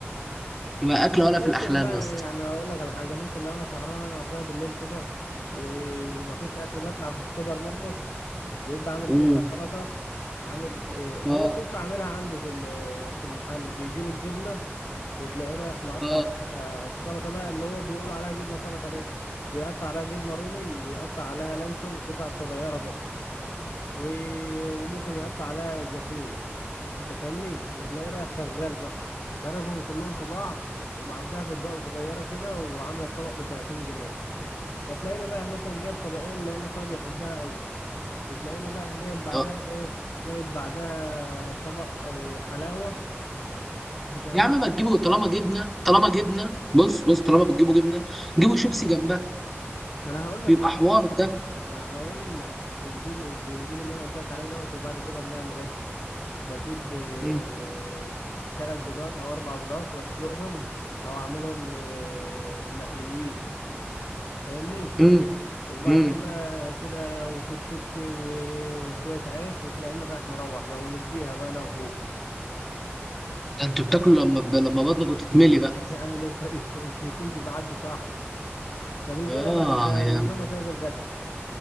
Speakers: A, in the centre; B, on the left.
A: يبقى أكلة ولا
B: انا
A: في
B: ممكن
A: الأحلام
B: بقى
A: يا اسطى
B: يعني اقول لك على حاجه ممكن لو انا سهران انا واخويا بالليل كده و... ومفيش اكل بطلع في السوبر ماركت بيبقى عامل
A: امم
B: جبنه سلطه عامل إيه،
A: اه
B: هو بيبقى عاملها عنده في ال- في المحل بيجيب الجبنه وتلاقيه رايح مقطع
A: اه
B: عليها السلطه بقى اللي هو بيقولوا عليها جبنه سلطه ليه بيقطع عليها جبنه رومي ويقطع عليها لانشون قطع صغيره بقى و... وممكن يقطع عليها زيتون انت فاهمني وتلاقيه رايح شغال بقى ضربهم كلهم في بعض ومعبيها في اطباق صغيره كده وعامله الطبق ب 30 جنيه فتلاقيني رايح مثلا جايب طبقين لان اخويا بيحبها قوي وتلاقيني رايح جايب بعدها
A: اه
B: ايه جايب بعدها طبق إيه حلاوه ب 30
A: يا عم ما تجيبوا طالما جبنه طالما جبنه بص بص
B: مم.
A: طالما بتجيبوا جبنه جيبوا شيبسي جنبها
B: ما انا هقول لك
A: بيبقى
B: اهو
A: حوار
B: يا عم
A: ده
B: ما انا هقول لك بنجيب بنجيب اللي انا قلت لك عليه دوت وبعد كده بنعمل ايه بجيب آه،
A: امم
B: تلات بيضات او اربع بيضات واسلقهم او اعملهم آه، مقليين تفهمني
A: امم
B: وبعدين
A: امم
B: بقى كده وكيس شيبسي و- وشوية عيش وتلاقينا رايح مروح بقى ونديها بقى انا وهو
A: ده انتوا بتاكلوا لما ب... لما بطنكم تتملي بقى
B: <laughs> هنعمل ايه طيب <laughs> ما بيكونش في حد صاحي طب الغدا
A: اه
B: بقى انت نظامك
A: يا
B: ايه في الغدا